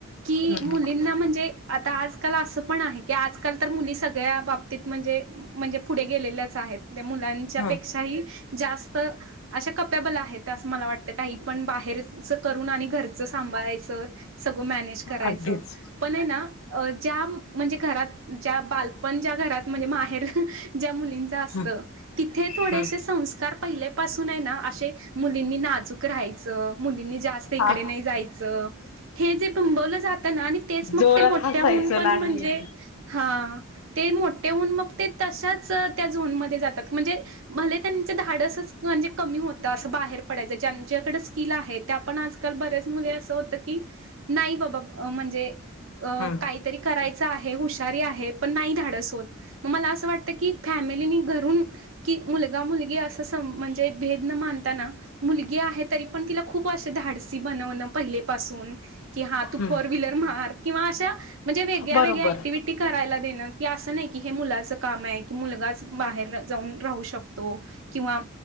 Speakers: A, on the right (about 70°); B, on the left (about 90°).
A: की
B: हम्म
A: मुलींना म्हणजे आता आजकाल असं पण आहे, की आजकाल तर मुली सगळ्या बाबतीत म्हणजे म्हणजे पुढे गेलेल्याच आहेत. मुलांच्या
B: हम्म
A: पेक्षाही जास्त, अशा कप्याबल आहेत असं मला वाटतं काही पण बाहेरचं करून आणि घरचं सांभाळायचं सगळं मॅनेज करायचं
B: अगदीच
A: पण आहे ना! ज्या म्हणजे घरात ज्या बालपणच्या्या घरात म्हणजे माहेर <unintelligible> <unintelligible> ज्या मु मुलींचं असत
B: हम्म
A: तिथे थोडे
B: हम्म
A: संस्कार पहिल्यापासून आहे ना, व असे संस्कार अस मुलींनी सुखी राहायचं मुलींनी जास्त इकडे
B: हा
A: नाही जायचं. ते जे तुबवल जात आणि तेच मग
B: जोरात
A: ते मोठ्याहुन
B: हसायचं
A: पण
B: नाही
A: म्हणजे हा ते मोठेहुन मग ते तशाच कस त्या झोन मध्ये जातात. म्हणजे, भले त्यांच धाडसच म्हणजे कमी होतं असं बाहेर पडायचं ज्यांच्याकडे स्किल आहे ते आपण आजकाल. बरयाच मुली अस होत की, नाही बाबा अ म्हणजेअ
B: हम्म
A: काहीतरी करायच. अस आहे हुशार आहे पण नाही धाडस होतं मला असं वाटतं की फॅमिली नि घरून की मुलगा मुलगी अस सम म्हणजे भेद न मानता ना मुलगी आहे तरी पण तिला खूप अस धाड रेसीपी बनवन पहिले पासुन. कि हा तू
B: हम्म
A: फोर व्हीलर मार किंवा अशा म्हणजे वेग्या
B: बरोबर
A: वेगळ्या ऍक्टिव्हटी करायला दे. की असं नाही की हे मुलाच काम आहे, की मुलगाच बाहेर जाऊन राहू शकतो किंवा